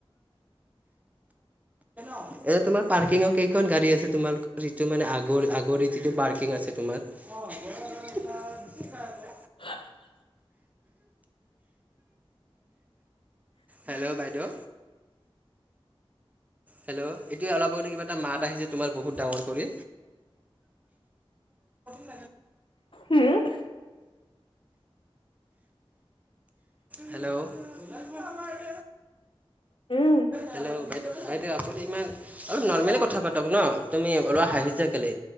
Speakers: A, on the right; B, on the left.
A: এ তোমাৰ পাৰ্কিঙৰ কেইখন গাড়ী আছে তোমালোকৰ যিটো মানে আগ আগৰি যিটো পাৰ্কিং আছে তোমাৰ? <unintelligible>
B: <unintelligible>
A: হেল্ল', বাইদেউ। হেল্ল', এতিয়া অলপ আগতে কিবা এটা মাত আহিছে, তোমাৰ বহুত ডাঙৰ কৰি। <unintelligible>
B: উম।
A: হেল্ল'। <unintelligible>
B: উম।
A: হেল্ল' বাইদউ, বাইদেউ আপুনি ইমান অলপ নৰ্মেলি কথা পাতক ন, তুমি অলপ হাঁহিছা কেলে?